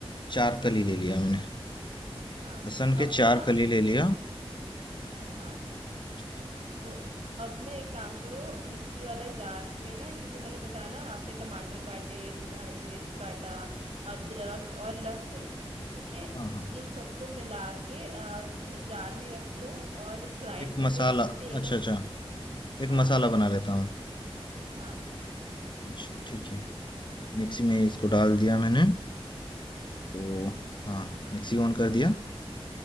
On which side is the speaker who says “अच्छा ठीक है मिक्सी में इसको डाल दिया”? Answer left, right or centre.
Left